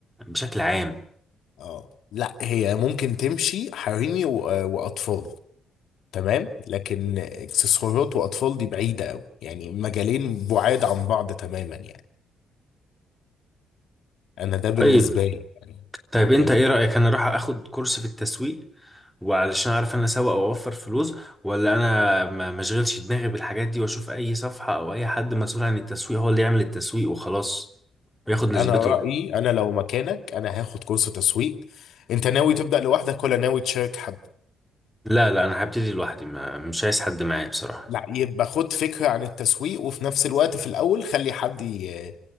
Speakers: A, in the centre; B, on the left.
A: بشكل عام
B: اه لا هي ممكن تمشي حريمي و- آه، واطفال تمام لكن اكسسوارات واطفال دي بعيدة قوي يعني مجالين بعاد عن بعض تماما يعني انا ده بالنسبه
A: طيب
B: لي يعني
A: طيب
B: عجبك.
A: انت ايه رايك انا اروح اخد كورس في التسويق وعلشان اعرف انا اسوق او اوفر فلوس ولا انا ما ما اشغلش دماغي بالحاجات دي واشوف اي صفحه او اي حد مسؤول عن التسويق هو اللي يعمل التسويق وخلاص وياخد نسبته
B: انا رايي انا لو مكانك انا هاخد كورس تسويق انت ناوي تبدا لوحدك ولا ناوي تشارك حد
A: لا لا انا هبتدي لوحدي ما مش عايز حد معايا بصراحه
B: لا يبقى خد فكره عن التسويق وفي نفس الوقت في الاول خلي حد ي...